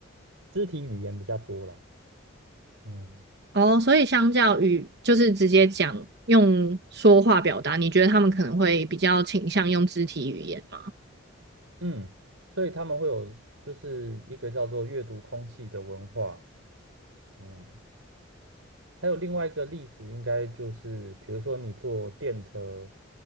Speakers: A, on the right (about 85°); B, on the right (about 55°).
A: 肢体语言比较多了。嗯
B: 哦，所以相较于就是直接讲用说话表达，你觉得他们可能会比较倾向用肢体语言吗？
A: 嗯，所以他们会有就是一个叫做阅读空气的文化。嗯，还有另外一个例子，应该就是比如说你坐电车，